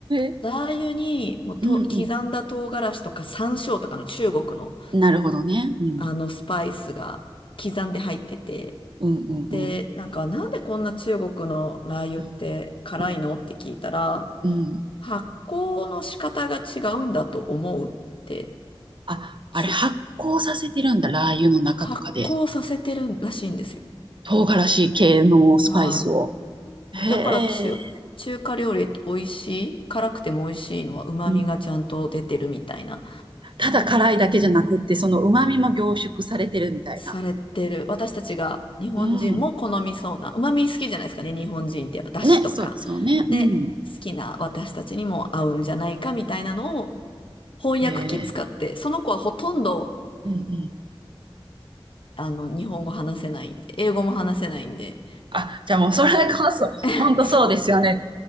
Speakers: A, on the right; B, on the left.
A: え。
B: ラー油に、もうと、
A: うんうん。
B: 刻んだ唐辛子とか山椒とかの中国の、
A: うん。なるほどね。うん。
B: あの、スパイスが刻んで入ってて、
A: うんうん
B: で、なんか、なんでこんな中国のラー油って辛いのって聞いたら、
A: うん。うん。うん
B: 発酵の仕方が違うんだと思うって、
A: あ、あれ発酵させてるんだ。
B: ちゅ、
A: ラー油の中とかで。
B: 発酵させてるらしいんですよ。
A: 唐辛子系のスパイスを。
B: はい。
A: へえ。
B: だから中、中華料理って美味しい、辛くても美味しいのは旨味がちゃんと出てるみたいな、
A: うん。ただ辛いだけじゃなくって、その旨味も凝縮されてるみたいな。
B: されてる。私たちが日本人も好みそうな、
A: うん。
B: 旨味好きじゃないですかね、日本人ってやっぱ出汁とか、
A: ね、そうですよね。うん。
B: ね、好きな私たちにも合うんじゃないかみたいなのを翻訳機使って、
A: へえ。
B: その子はほとんど
A: うんうん。
B: あの日本語話せないんで、英語も話せないんで、
A: あ、じゃあもうそれこそ、
B: <laughs>
A: 本当そうですよね。
B: そ